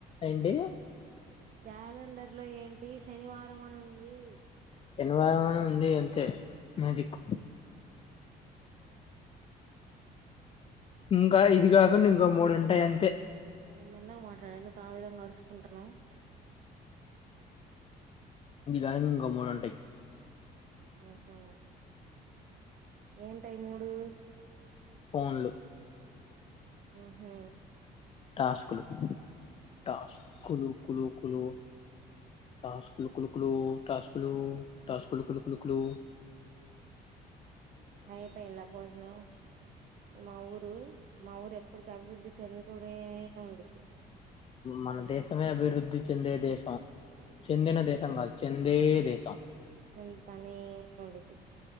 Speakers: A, on the left; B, on the right.
A: ఏంటి
B: క్యాలెండర్ లో ఏంటి శనివారం అని ఉంది
A: ఎన్వైరామెంట్ ఉంది అంతే మ్యాజిక్
B: ఆహా
A: ఇంకా ఇది కాకుండా ఇంకా మూడుంటాయి అంతే
B: కొంచం మెలగా మాట్లాడు ఎందుకు ఆ విధంగా అరుసుకుంటున్నవ్
A: ఇంటికా ఇంకా మంటెక్
B: ఆహా ఏంటై మూడు
A: ఫోన్లు
B: ఊహు
A: టాస్కులు టాస్ కులు కులు కులు టాస్కులుకులుకులు టాస్కులు టాస్ కులుకులు కులుకులు
B: అయిపోయింద భోజనం మా ఊరు మా ఊరు ఎప్పటికి అభివృద్ధి చందుతూనే ఉండిది
A: మన దేశమే అభివృద్ధి చెందే దేశం చెందిన దేశంగాద్ చెందే దే ఇస
B: తెగుల్తనే ఉండిది